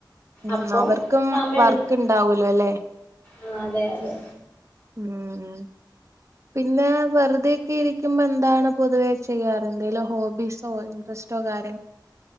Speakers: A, on the right (about 40°); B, on the left (about 20°).
A: ഉം
B: അപ്പൊ
A: അവർക്കും
B: സമയം
A: വർക്ക്
B: എടുക്കും
A: ഉണ്ടാവൂലോ അല്ലേ?
B: ആ അതെ അതെ
A: ഉം ഉം പിന്നെ വെറുതെ ക്കെ ഇരിക്കുമ്പോ എന്താണ് പൊതുവേ ചെയ്യാറ്? എന്തേലും ഹോബീസോ ഇൻട്രസ്റ്റോ കാര്യ